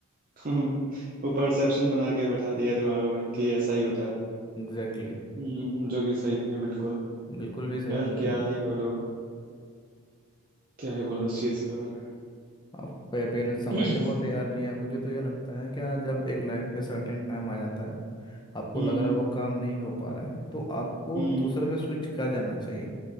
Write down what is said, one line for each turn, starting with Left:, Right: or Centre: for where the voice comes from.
Right: <laughs> वो परसेप्शन बना के बैठा दिया दिमाग में कि ऐसा ही होता है
Left: Exactly exactly.
Right: हम्म, जो कि सही नहीं है बिल्कुल
Left: बिल्कुल भी सही
Right: यार
Left: नहीं
Right: क्या
Left: है
Right: ही बोलो क्या ही बोलो इस चीज के बारे में
Left: अब पेरेंट्स समझने
Right: <clears throat>
Left: को तैयार नहीं है मुझे तो ये लगता है कि आज जब एक लाइफ में सर्टेन टाइम आ जाता है आपको
Right: हम्म
Left: लग रहा है वो काम नहीं हो पा रहा है तो आपको
Right: हम्म
Left: दूसरे में स्विच कर जाना चाहिए